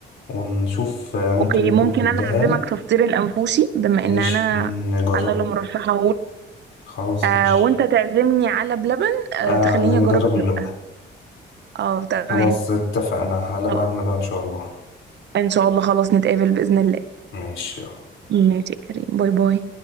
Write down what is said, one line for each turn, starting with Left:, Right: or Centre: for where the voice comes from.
Left: ونشوف آه، ممكن
Right: اوكي
Left: ناكل
Right: ممكن
Left: في الدهان
Right: انا اعزمك في فطير الانفوشي بما
Left: مش
Right: ان انا
Left: نجربه
Right: انا اللي مرشحه
Left: خلاص
Right: آه
Left: مش
Right: وانت تعزمني على بلبن
Left: آه
Right: آه تخليني
Left: هنجرب
Right: اجرب
Left: اللقة
Right: اللقة اه تمام
Left: خلاص اتفقنا على
Right: خلاص
Left: ميعادنا بقى إن شاء الله
Right: ان شاء الله خلاص نتقابل بإذن الله
Left: ماشي يلا.
Right: ماشي يا كريم باي باي